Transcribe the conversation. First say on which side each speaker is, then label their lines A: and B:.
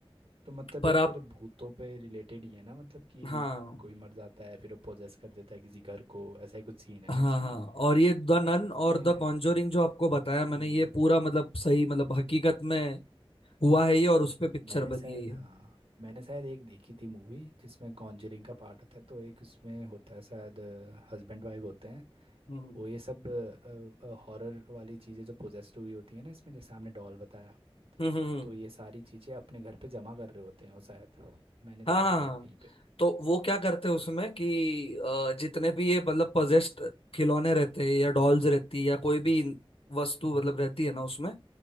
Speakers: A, on the right; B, on the left.
A: तो मतलब
B: पर
A: ये
B: आप
A: फिर भूतों पे रिलेटेड ही है ना मतलब कि
B: हाँ
A: कोई मर जाता है फिर वो पोजेस कर देता है किसी घर को ऐसा ही कुछ सीन है
B: हाँ
A: ना इसमें
B: हाँ और ये द नन
A: इसमें
B: और द कॉन्जोरिंग जो आपको बताया मैंने
A: हम्म,
B: ये पूरा मतलब सही मतलब हकीकत में हुआ है ये और उस पे पिक्चर
A: मैंने
B: बनी
A: शायद
B: है ये
A: हाँ मैंने शायद एक देखी थी मूवी जिसमें कॉन्जरिंग का पार्ट होता है तो एक उसमें होता है शायद हस्बैंड वाइफ होते हैं
B: हम्म
A: वो ये सब हॉरर वाली चीज़ें जो पोजेस्ड हुई होती है ना इसमें जैसे आपने डॉल बताया
B: हम्म हम्म, हम्म,
A: तो ये सारी चीज़ें अपने घर पे जमा कर रहे होते हैं वो शायद हाँ। मैंने
B: हाँ
A: देखा
B: हाँ
A: था वो
B: हाँ।
A: कहीं पे
B: तो वो क्या करते हैं उसमें कि अ, जितने भी ये मतलब पजेस्ड खिलौने रहते हैं या डॉल्स रहती है या कोई भी वस्तु मतलब रहती है ना उसमें